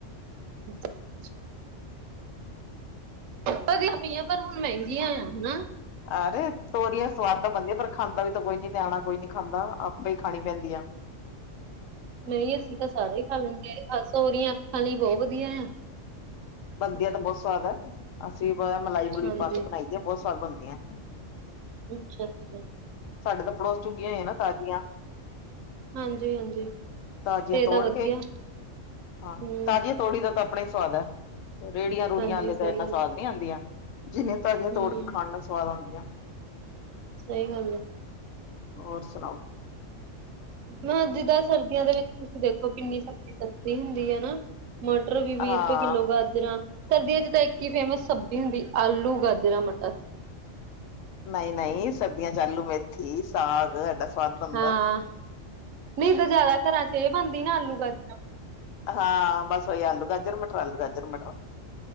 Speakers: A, on the right (about 80°); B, on the left (about 85°).
A: ਅੱਛਾ। ਵਧੀਆ ਪਈਆਂ ਪਰ ਹੁਣ ਮਹਿੰਗੀਆਂ ਆ ਹਨਾ।
B: ਆਰੇ ਤੋਰੀਆਂ ਸਵਾਦ ਤਾਂ ਬਣਦੀ ਆ ਪਰ ਖਾਂਦਾ ਵੀ ਤਾਂ ਕੋਈ ਨੀ ਨਿਆਣਾ ਕੋਈ ਨੀ ਖਾਂਦਾ ਆਪੇ ਹੀ ਖਾਣੀ ਪੈਂਦੀਆਂ ਹੈ। ਹੂੰ।
A: ਨਹੀਂ ਅਸੀਂ ਤਾਂ ਸਾਰੇ ਹੀ ਖਾ ਲੈਂਦੇ ਆ ਤੋਰੀਆਂ ਅੱਖਾਂ ਲਈ ਬਹੁਤ ਵਧੀਆ ਹੈ।
B: ਬਣਦੀਆਂ ਤਾਂ ਬਹੁਤ ਸਵਾਦ ਹੈ। ਅਸੀਂ ਮਲਾਈ ਮਲੂਈ
A: ਹਾਂਜੀ
B: ਪਾ ਕੇ ਬਣਾਈ ਦੀ ਆ ਬਹੁਤ ਸਵਾਦ ਬਣਦੀਆਂ।
A: ਅੱਛਾ ਅੱਛਾ।
B: ਸਾਡੇ ਤਾਂ ਪੜੋਸ 'ਚ ਉੱਗੀਆਂ ਹੋਈਆਂ ਨਾ ਤਾਜ਼ੀਆਂ।
A: ਹਾਂਜੀ ਹਾਂਜੀ।
B: ਤਾਜ਼ੀਆਂ
A: ਇਹ ਤਾਂ
B: ਤੋੜ
A: ਵਧੀਆ
B: ਕੇ ਹਾਂ
A: ਹਮ
B: ਤਾਜ਼ੀਆਂ ਤੋੜੀ ਦਾ ਤਾਂ ਆਪਣਾ ਹੀ ਸਵਾਦ ਹੈ। ਰੇੜੀਆਂ ਰੂੜੀਆਂ
A: ਹਾਂਜੀ
B: ਆਲੀਆਂ
A: ਸਹੀ
B: ਤਾਂ ਇੰਨਾ
A: ਗੱਲ
B: ਸਵਾਦ ਨੀ ਆਉਂਦੀਆਂ ਜਿੰਨੀਆਂ ਤਾਜ਼ੀਆਂ
A: ਹਮ
B: ਤੋੜ ਕੇ ਖਾਣ ਨਾਲ ਸਵਾਦ ਆਉਂਦੀਆਂ ਹੈ।
A: ਸਹੀ ਗੱਲ ਹੈ।
B: ਹੋਰ ਸੁਣਾਓ?
A: ਹਾਂ ਜਿੱਦਾਂ ਸਰਦੀਆਂ ਦੇ ਵਿੱਚ ਤੁਸੀਂ ਦੇਖੋ ਕਿੰਨੀ ਸਬਜ਼ੀ ਸਸਤੀ ਹੁੰਦੀ ਹੈ ਨਾ। ਮਟਰ ਵੀ
B: ਹਾਂ
A: ਵੀਹ ਰੁਪਏ ਕਿੱਲੋ ਗਾਜਰਾਂ। ਸਰਦੀਆਂ 'ਚ ਤਾਂ ਇੱਕ ਹੀ ਫੇਮਸ ਸਬਜ਼ੀ ਹੁੰਦੀ ਹੈ ਆਲੂ, ਗਾਜਰਾਂ, ਮਟਰ।
B: ਨਹੀਂ ਨਹੀਂ ਸਰਦੀਆਂ 'ਚ ਆਲੂ ਮੇਥੀ, ਸਾਗ। ਸਵਾਦ ਬਣਦਾ
A: ਹਾਂ ਨਹੀਂ ਤੇ ਜਿਆਦਾ ਘਰਾਂ 'ਚ ਇਹ ਬਣਦੀ ਨਾ ਆਲੂ, ਗਾਜਰਾਂ।
B: ਹਾਂ ਬਸ ਉਹੀ ਆਲੂ ਗਾਜਰ ਮਟਰ, ਆਲੂ ਗਾਜਰ ਮਟਰ।